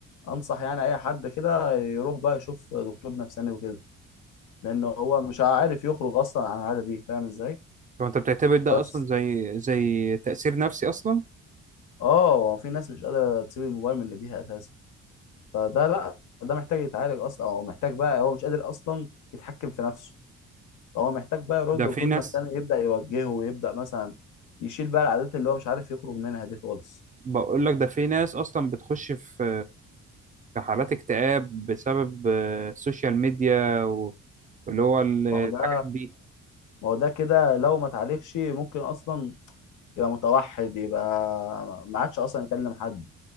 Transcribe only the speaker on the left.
انصح يعني اي حد كده يروح بقى يشوف دكتور نفساني وكده لان هو مش عارف يخرج اصلا عن العاده دي فاهم ازاي
بس
اه هو في ناس مش قادره تسيب الموبايل من ايديها اساسا فده لا ده محتاج يتعالج اصلا او محتاج بقى هو مش قادر اصلا يتحكم في نفسه هو محتاج بقى يروح
دكتور
نفساني يبدا يوجهه ويبدا مثلا يشيل بقى العادات اللي هو مش عارف يخرج منها دي خالص
ما هو ده
ما هو ده كده لو ما اتعالجش ممكن اصلا يبقى متوحد يبقى ما عادش اصلا يكلم حد